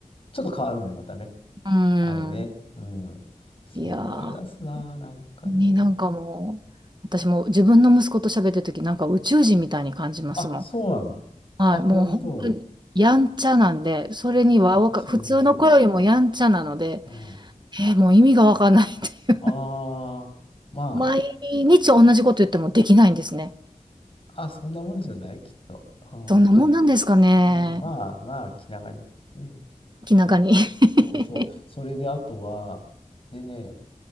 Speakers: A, on the left; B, on the right.
A: ちょっと変わるんだよ、またね。
B: うん。
A: あれね。うん。そう思い出すなあなんかね。
B: いやーになんかもう、私も自分の息子と喋ってる時なんか宇宙人みたいに感じますもん。
A: あ、そうなの。
B: はい、
A: あ、本当。
B: もう本当にやんちゃなんで、それにはわか、
A: あ、それはね。
B: 普通の子よりもやんちゃなので、
A: うん。
B: えーもう意味がわかんないっていう。
A: ああ、
B: <laughs>
A: ま
B: 毎日同じこと言ってもできないんですね。
A: あ、あ、そんなもんじゃない、きっと。うん。
B: どんなもんなんですかね。
A: うん、まあ、まあ、気長に。うん。
B: 気長に。
A: はい。
B: <laughs>
A: そうそう。それで、あとは、でね、